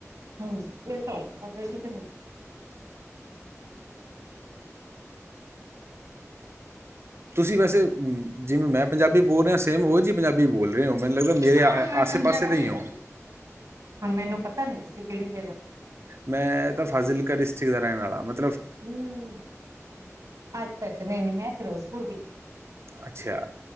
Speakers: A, on the right; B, on the right.
A: ਹਮ ਇਹ ਤਾਂ ਕਿ
B: ਤੁਸੀਂ ਵੈਸੇ ਅ ਜਿਵੇਂ ਮੈਂ ਪੰਜਾਬੀ ਬੋਲ ਰਿਆਂ ਸੇਮ ਉਹ ਜਹੀ ਪੰਜਾਬੀ ਬੋਲ ਰੇਂ ਓ ਮੈਨੂੰ ਲੱਗਦਾ ਮੇਰੇ
A: ਹਾਂ
B: ਆ ਆ
A: ਮੈਂ
B: ਆਸੇ-ਪਾਸੇ
A: ਪੰਜਾਬੀ
B: ਦੇ ਈ ਓ
A: ਹਾਂ। ਹੁਣ ਮੈਨੂੰ ਪਤਾ ਨਈਂ ਤੁਸੀਂ ਕਿਹੜੀ ਜਗ੍ਹਾ?
B: ਮੈਂ ਤਾਂ ਫਾਜ਼ਿਲਕਾ ਡਿਸਟਰੀਕ ਦਾ ਰਹਿਣ ਆਲਾ ਮਤ
A: ਹਮ ਅੱਛਾ-ਅੱਛਾ, ਨਈਂ-ਨਈਂ ਮੈਂ ਫਿਰੋਜ਼ਪੁਰ ਦੀ
B: ਅੱਛਾ,